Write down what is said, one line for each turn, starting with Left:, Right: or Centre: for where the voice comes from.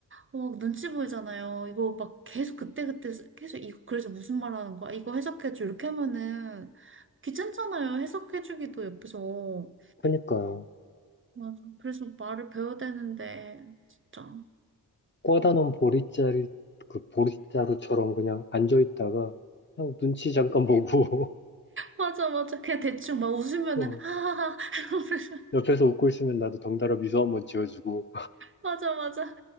Right: 어, 눈치 보이잖아요. 이거 막 계속 그때그때 계속 이거 그래서 무슨 말 하는 거야? 이거 해석해줘. 이렇게 하면은 귀찮잖아요. 해석해주기도 옆에서.
Left: 그러니까요.
Right: 맞아. 그래서 말을 배워야 되는데 진짜.
Left: 꽂아놓은 보릿자리, 그 보릿자루처럼 그냥 앉아있다가 그냥 눈치 잠깐 보고 <laughs>
Right: 맞아, 맞아. 그냥 대충 막 웃으면은
Left: 어,
Right: 하하하. <laughs>
Left: 옆에서 웃고 있으면 나도 덩달아 미소 한번 지어주고
Right: 맞아, 맞아.